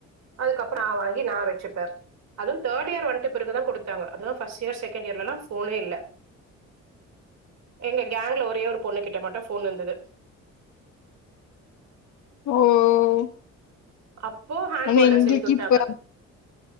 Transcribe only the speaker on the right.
அதுக்கு அப்ரோ நா வாங்கி நா வச்சுப்பே அதுவு தேர்ட் இயர் வன்ட்டபிறகுதா குடுத்தாங்க அது ஃபர்ஸ்ட் இயர் செகண்ட் இயர்லலா போனே இல்ல எங்ககி கேங்ல ஒரே ஒரு பொண்ணு கிட்ட மட்டு போன் இருந்தது
அப்போ ஹேண்ட்பால்ல
சேத்துட்டாங்க